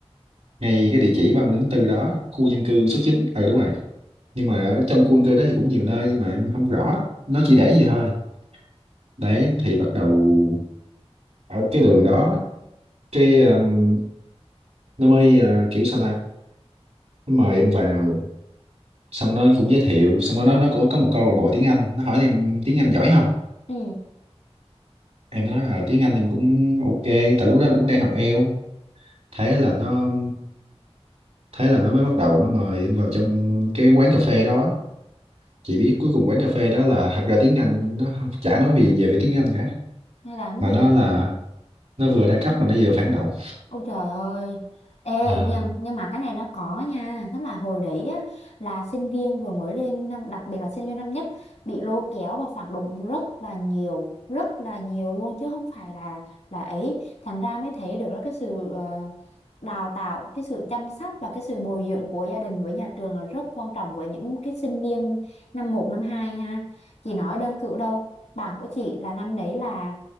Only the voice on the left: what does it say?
ừ
hay làm cái
gì
Ôi trời ơi Ê
nhưng, nhưng mà cái này nó có nha Tức là hồi đấy á, là sinh viên vừa mới lên năm Đặc biệt là sinh viên năm nhất Bị lôi kéo vào phản động rất là nhiều Rất là nhiều luôn Chứ không phải là là ấy Thành ra mới thấy được là cái sự ờ, đào tạo Cái sự chăm sóc và cái sự bồi dưỡng của gia đình với nhà trường là rất quan trọng Với những cái sinh viên năm một năm 2 ha Chị nói đơn cử đâu Bạn của chị là năm đấy là